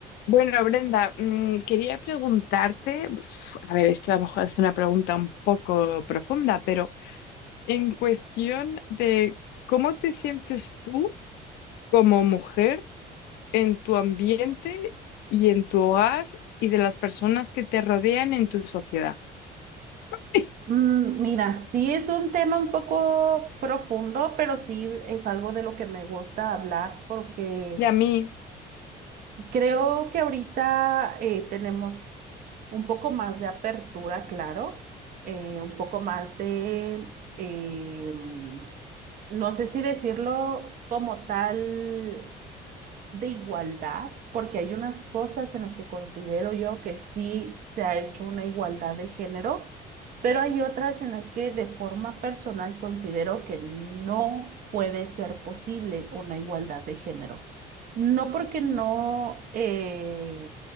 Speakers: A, on the left; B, on the right.
A: Bueno, Brenda, mm, quería preguntarte, uf, a ver, esto a lo mejor es una pregunta un poco profunda, pero en cuestión de cómo te sientes tú como mujer en tu ambiente y en tu hogar y de las personas que te rodean en tu sociedad. <laughs>
B: Mm, Mira, sí es un tema un poco profundo, pero sí es algo de lo que me gusta hablar porque
A: Y a mí,
B: creo que ahorita eh, tenemos un poco más de apertura, claro, eh, un poco más de, eh, mm, no sé si decirlo como tal de igualdad, porque hay unas cosas en las que considero yo que sí se ha hecho una igualdad de género, pero hay otras en las que de forma personal considero que no puede ser posible una igualdad de género. No porque no
A: mm,
B: eh,